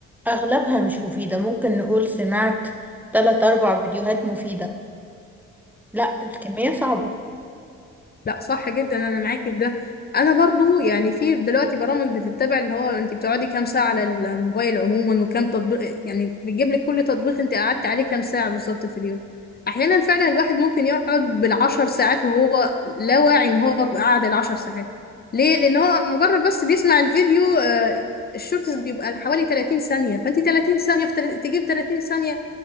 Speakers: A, in the centre; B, on the left.
A: اغلبها مش مفيدة ممكن نقول سمعت تلات اربع فيديوهات مفيدة لا الكمية صعبة
B: لا صح جدا انا معاكي في ده انا برضو يعني في دلوقتي برامج بتتبع اللي هو انت بتقعدي كام ساعه على الموبايل عموما وكام تطبيق يعني بتجيب لك كل تطبيق انت قعدت عليه كام ساعه بالظبط في اليوم احيانا فعلا الواحد ممكن يقعد بالعشر ساعات وهو لا واعي ان هو قعد العشر ساعات ليه لان هو مجرد بس بيسمع الفيديو آه، الشورتس بيبقى حوالي 30 ثانيه فانت 30 ثانيه في تل- تجيب 30 ثانيه